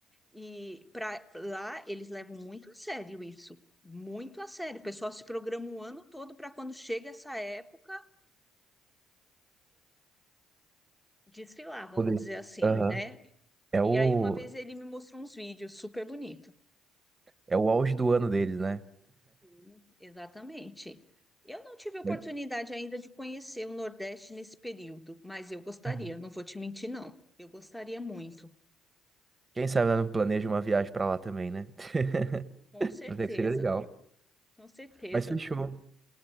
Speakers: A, in the centre; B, on the right.
A: E para lá eles levam muito a sério isso, muito a sério. O pessoal se programa o ano todo para quando chega essa época desfilar, vamos
B: Poder.
A: dizer assim,
B: Aham.
A: né?
B: É
A: E
B: o,
A: aí uma vez ele me mostrou uns vídeos super bonitos.
B: é o auge do ano deles, né?
A: Sim, Exatamente. Eu não tive oportunidade
B: Mas-
A: ainda de conhecer o Nordeste nesse período, mas eu gostaria,
B: Uhum.
A: não vou te mentir, não. Eu gostaria muito,
B: Quem sabe ela não planeja uma viagem pra lá também, né? <laughs>
A: com certeza,
B: Mas é que seria legal.
A: com certeza.
B: Mas fechou.